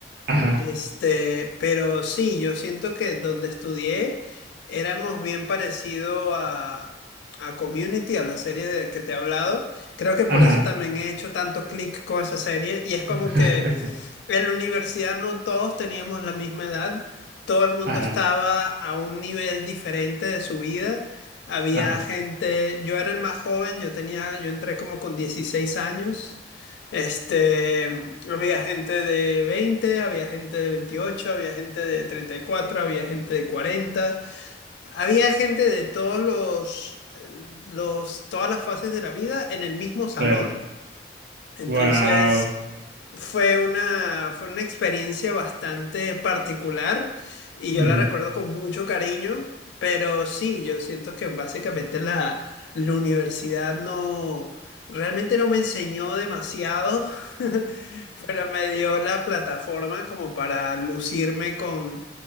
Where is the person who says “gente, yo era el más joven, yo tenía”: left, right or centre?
Left